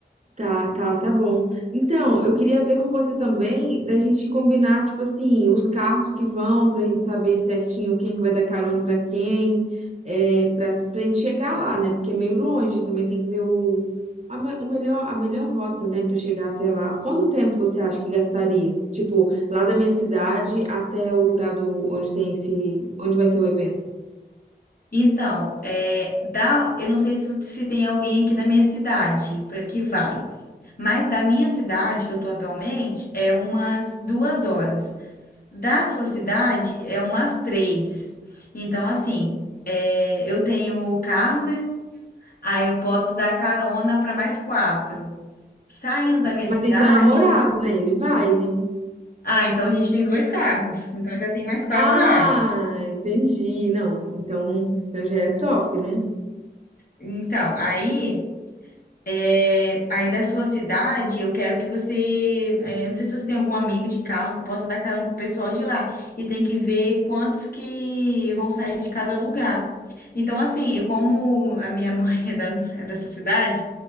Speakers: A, on the right; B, on the left.
A: Tá, tá, tá bom. Então, eu queria ver com você também da gente combinar, tipo assim, os carros que vão, pra gente saber certinho quem que vai dar carona pra quem, é, pra, pra gente chegar lá, né? Porque é meio longe, também tem que ver o, a, me- o melhor, a melhor rota, né, pra chegar até lá. Quanto tempo você acha que gastaria? Tipo, lá da minha cidade até o lugar do, onde tem esse, onde vai ser o evento?
B: Então, é, dá, eu não sei se, se tem alguém aqui da minha cidade pra, que vai, mas da minha cidade que eu tô atualmente é umas duas horas. Da sua cidade é umas três. Então, assim, é, eu tenho carro, né? Aí eu posso dar carona para mais quatro. Saindo da minha
A: Mas
B: cidade,
A: tem seu namorado, né? Ele vai, né?
B: ah, então a gente tem dois carros, então já tem mais quatro
A: Ah,
B: vagas.
A: entendi. Não, então, então já é top, né?
B: Então, aí, é, aí da sua cidade, eu quero que você, é, não sei se você tem algum amigo de carro que possa dar carona pro pessoal de lá. E tem que ver quantos que vão sair de cada lugar. Então, assim, e como a minha mãe <laughs> é, da, é dessa cidade,